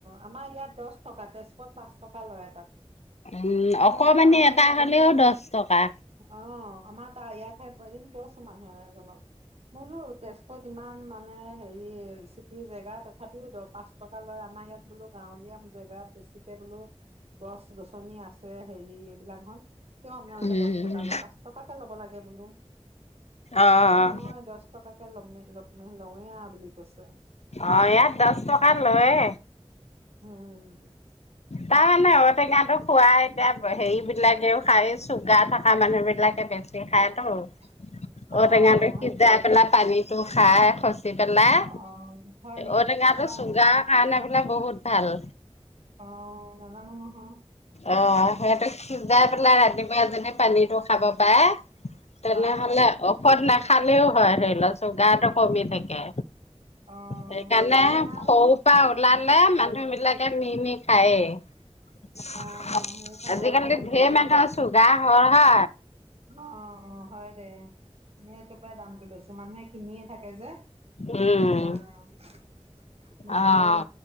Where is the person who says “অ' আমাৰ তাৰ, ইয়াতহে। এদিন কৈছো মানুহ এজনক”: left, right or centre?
Right